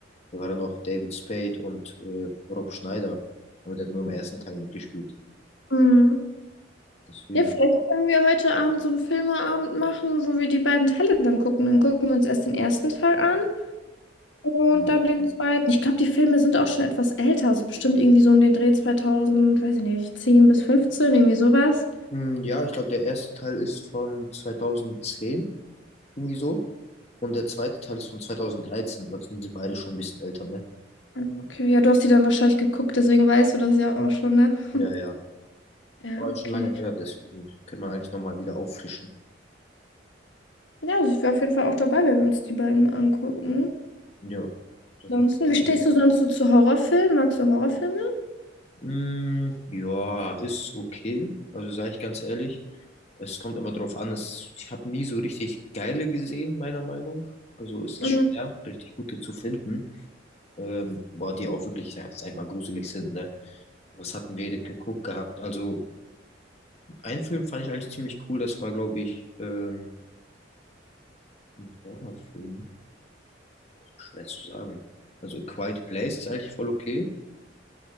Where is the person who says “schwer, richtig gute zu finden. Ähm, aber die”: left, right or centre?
Left